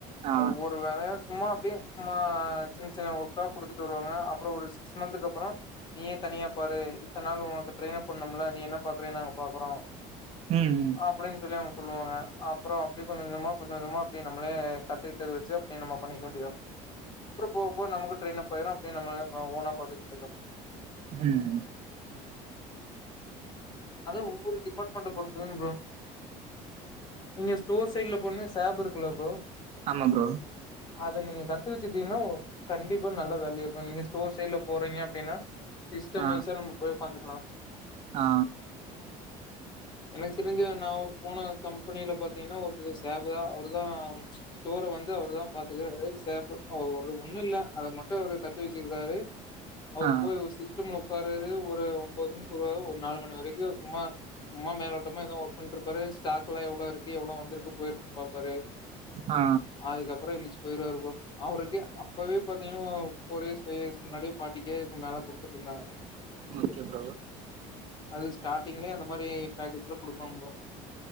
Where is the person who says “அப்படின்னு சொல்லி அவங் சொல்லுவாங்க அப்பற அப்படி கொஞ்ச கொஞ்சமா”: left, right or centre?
Left